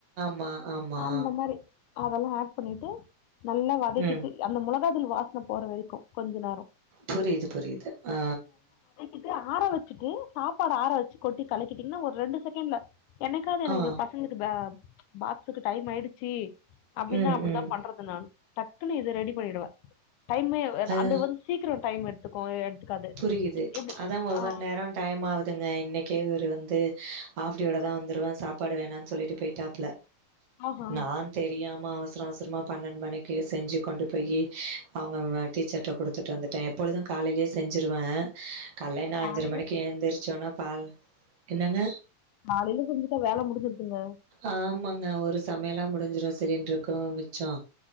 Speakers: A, on the right; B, on the left.
A: மா ஆமா
B: அந்த மாரி அதெல்லா ஆட் பண்ணிட்டு நல்லா வதக்கிட்டு
A: ம்
B: அந்த மொளகாதூள் வாசன போற வரைக்கு கொஞ்ச நேர
A: புரியுது புரியுது ஆ
B: இது ஆற வச்சிட்டு சாப்பாடஃஆற வச்சு கொட்டி கலக்கிட்டீங்கன்னா ஒரு ரெண்டு செகண்ட்ல எனக்காவது எனங்கள்
A: ஆ
B: பசங்களுக்கு பா பாக்ஸுக்கு டைம் ஆயிடுச்சு அப்டின்னா
A: ம்
B: அப்டித்தா
A: ம்
B: பண்றது நான் டக்குன்னு இது ரெடி பண்ணிடுவே டைமே
A: அது
B: அந்த வந்து சீக்கிர டைம் எடுத்துக்கு எடுத்துக்காது
A: புரியுது
B: எப்டி
A: அதா ஒவ்வொரு
B: ஆ
A: நேரன் டையம் ஆவுதுங்க இன்னைக்கே இவரு வந்து ஆஃப்டியோட தா வந்துருவே சாப்பாடு வேணான்னு சொல்லிட்டு போய்ட்டாப்ல
B: ஆஹா
A: நான் தெரியாம அவசர அவசரமா பன்னெண்டு மணிக்கு செஞ்சு கொண்டு போயி அவுங்க டீச்சர்ட்ட குடுத்துட்டு வந்துட்டே எப் பொழுது காலையிலயே செஞ்சிருவே காலைல என்ன
B: காலையில
A: அஞ்சர மணிக்கு எழுந்திருச்சோன பால் என்னங்க
B: காலையில செஞ்சிட்டா வேல முடிஞ்சுருச்சுங்க
A: ஆமாங்க ஒரு சமையலா முடிஞ்சிடும் சிலிண்ட்ருக்கும் மிச்சோ